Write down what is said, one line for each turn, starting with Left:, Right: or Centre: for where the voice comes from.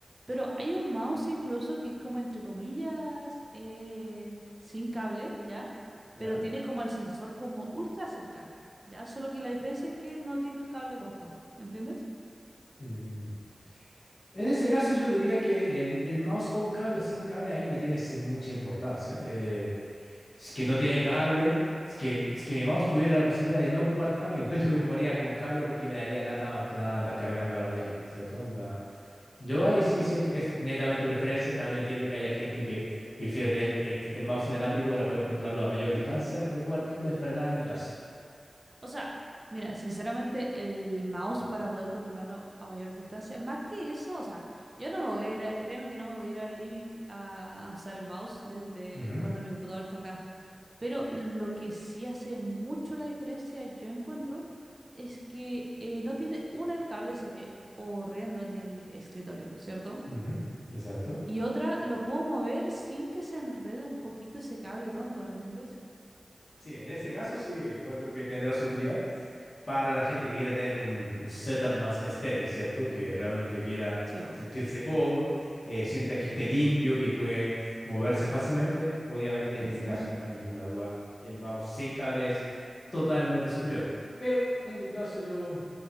Right: Pero hay un mouse incluso que es como entre comillas eh, sin cable, ¿ya?
Left: ¿Ya?
Right: Pero tiene como el sensor como ultra cerca, ¿ya? Solo que la diferencia es que no tiene el cable puesto, ¿me entiendes?
Left: Mm. En ese caso yo diría que el, el mouse con cable o sin cable a mí me tiene sin mucha importancia. Eh, si Es que no tiene cable. si Es que, si es que mi mouse tuviera la posibilidad de no ocupar cable, <laughs> igual yo lo ocuparía con cable porque me daría lata más que nada andar cargando la batería, ¿cierto? Onda. Yo ahí sí siento que es netamente preferencias. También entiendo que haya gente que prefiere tener el, el mouse inalámbrico para poder controlarlo a mayor distancia, lo cual no es para nada mi caso.
Right: O sea, mira, sinceramente el mouse para poder controlarlo a mayor distancia, más que eso, o sea, yo no me voy a ir, a- créeme que no me voy a ir al living a, a usar el mouse desde
Left: Ujú,
Right: cuando mi computador está acá. Pero lo que sí hace mucho la diferencia, yo encuentro, es que eh, no tiene, una, el cable se ve horrendo en el escritorio, ¿cierto?
Left: ujú, Exacto.
Right: Y otra, lo puedo mover sin que se enrede un poquito ese cable tonto, ¿me entiendes?
Left: Sí, en ese caso sí encuentro que tendrá su utilidad. para la gente que quiera tener un, un setup más estético, ¿cierto? Que realmente quiera
Right: Sí, va.
Left: sentirse cómodo, eh, sienta que esté limpio, que pueden moverse fácilmente. Obviamente, en
Right: Ujú.
Left: este caso, no hay ninguna duda, el mouse sin cable es totalmente superior. Pero en mi caso, yo,